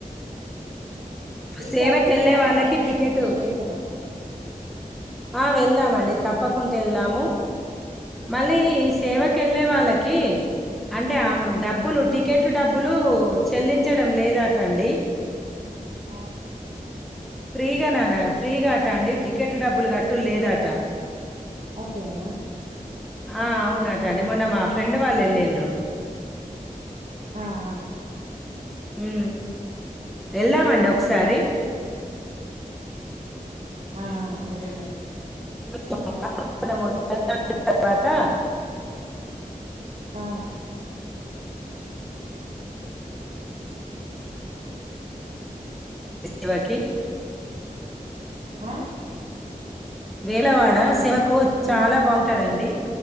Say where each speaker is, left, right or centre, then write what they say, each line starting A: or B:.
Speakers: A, on the right; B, in the centre.
A: ఈసారి
B: సేవకి
A: ఎప్పుడైనా
B: వెళ్ళే వాళ్ళకి
A: అవకాశం
B: టికెట్
A: ఉంటే చేద్దమా
B: ఆ వెళ్దామండి తప్పకుంటే వెళదాము
A: ఉమ్
B: మళ్ళీ సేవకి వెళ్ళే వాళ్ళకి అంటే ఆ
A: ఉమ్
B: డబ్బులుంటి టికెట్ డబ్బులు చెల్లించడం లేదా అట అండి
A: ఆ
B: ఫ్రీగా నాన ఫ్రీగా ఆట అండి టికెట్ డబ్బులు గట్టు లేదా అట
A: అట్లనా
B: ఆ అవునట అండి మొన్న మా ఫ్రెండ్ వాళ్ళు వెళ్ళిన్రు
A: అఆ
B: ఉ వెళ్ళామండి ఒకసారి
A: ఆ వెదా
B: <unintelligible> తరువాత
A: ఆ ఉ
B: సేవకి
A: ఆ
B: వేలవాడ శివకు
A: హలో
B: చాలా బాగుంటదండి